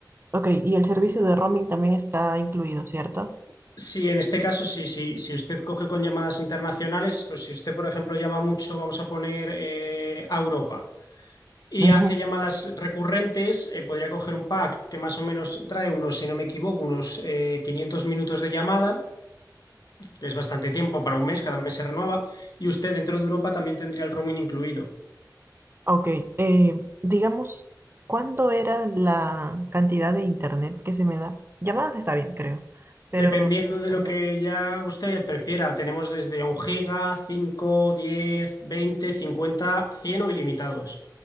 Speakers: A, on the right; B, on the left.
A: Ok, y el servicio de roaming también está incluido, ¿cierto?
B: Sí, en este caso, sí, sí, si usted coge con llamadas internacionales, pues si usted, por ejemplo, llama mucho, vamos a poner eh, a Europa. y
A: Ujú.
B: hace llamadas recurrentes, eh, podría coger un pack que más o menos trae unos, si no me equivoco, unos eh, 500 minutos de llamada, que es bastante tiempo para un mes, cada mes se renueva, y usted dentro de Europa también tendría el roaming incluido.
A: Ok, eh, digamos, ¿cuándo era la cantidad de internet que se me da? Llamadas está bien, creo, pero
B: Dependiendo
A: el internet.
B: de lo que ya usted prefiera, tenemos desde un giga, cinco diez veinte cincuenta 100 o ilimitados.